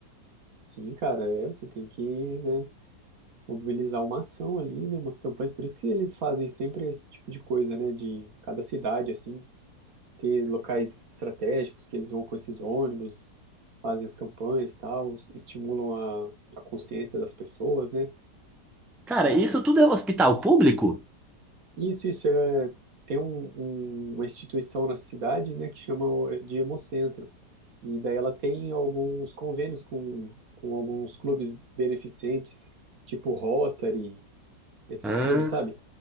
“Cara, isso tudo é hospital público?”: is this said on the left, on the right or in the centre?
Centre